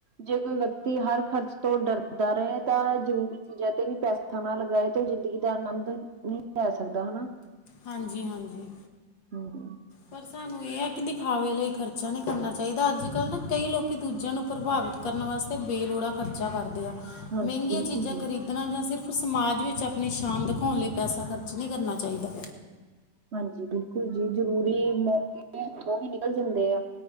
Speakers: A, on the right; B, on the left.
A: ਜੇ ਕੋਈ ਵਿਅਕਤੀ ਹਰ ਖਰਚ ਤੋਂ ਡਰਦਾ ਰਏ ਤਾਂ ਜ਼ਰੂਰੀ ਚੀਜ਼ਾਂ ਤੇ ਵੀ ਪੈਸਾ ਨਾ ਲਗਾਏ ਤੇ ਓ ਜ਼ਿੰਦਗੀ ਦਾ ਆਨੰਦ ਨੀ ਲੈ ਸਕਦਾ ਹਨਾ।
B: ਹਾਂਜੀ-ਹਾਂਜੀ।
A: ਹੂੰ।
B: ਪਰ ਸਾਨੂੰ ਏ ਐ ਕੀ ਦਿਖਾਵੇ ਲਈ ਖਰਚਾ ਨੀ ਕਰਨਾ ਚਾਈਦਾ, ਅੱਜ ਕੱਲ੍ਹ ਨਾ ਕਈ ਲੋਕੀ ਦੂਜਿਆਂ ਨੂੰ ਪ੍ਰਭਾਵਿਤ ਕਰਨ ਵਾਸਤੇ ਬੇਲੋੜਾ ਖਰਚਾ ਕਰਦੇ ਆ,
A: ਹਾਂਜੀ
B: ਮਹਿੰਗੀਆਂ
A: ਬਿਲਕੁਲ
B: ਚੀਜ਼ਾਂ
A: ਜੀ
B: ਖਰੀਦ ਦਣਾ ਜਾਂ ਸਿਰਫ ਸਮਾਜ ਵਿੱਚ ਆਪਣੀ ਸ਼ਾਨ ਦਿਖੋਣ ਲਈ ਪੈਸਾ ਖਰਚ ਨੀ ਕਰਨਾ ਚਾਈਦਾ।
A: ਹਾਂਜੀ ਬਿਲਕੁੱਲ ਜੀ, ਜਰੂਰੀ ਮੌਕੇ ਹਥੋਂ ਵੀ ਨਿਕਲ ਜਾਂਦੇ ਆ।